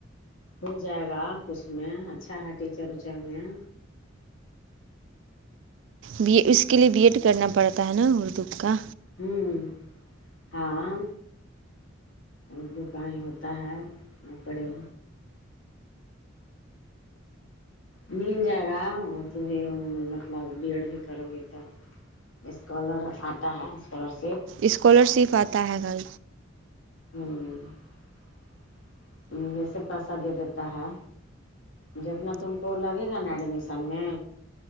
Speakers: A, on the left; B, on the right.
A: ہو جائے گا اس میں اچھا ہے ٹیچر ویچر میں
B: بی اس کے لیے بی ایڈ کرنا پڑتا ہے نا اردو کا
A: ہمم ہاں اردو کا ہی ہوتا ہے پڑے مل جائے گا وہ تو مطلب بی ایڈ بھی کرو گے تو اسکالر آتا ہے اسکالر شپ
B: اسکالر شپ آتا ہے گھر
A: ہمم میں سے پیسہ دے دیتا ہے جتنا تم کو لگے گا نا ایڈمیشن میں